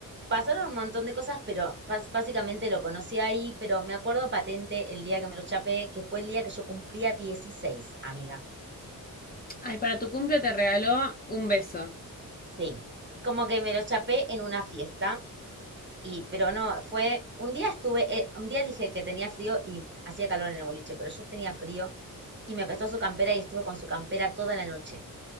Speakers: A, on the right (about 35°); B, on the left (about 25°).
A: pasaron un montón de cosas, pero bas- básicamente lo conocí ahí, pero me acuerdo patente el día que me lo chapé, que fue el día que yo cumplía 16 amiga.
B: Ay, para tu cumple te regaló un beso.
A: Sí, como que me lo chapé en una fiesta, y, pero no, fue, un día estuve, eh, un día dije que tenía frío y hacía calor en el boliche, pero yo tenía frío y me prestó su campera y estuve con su campera toda la noche,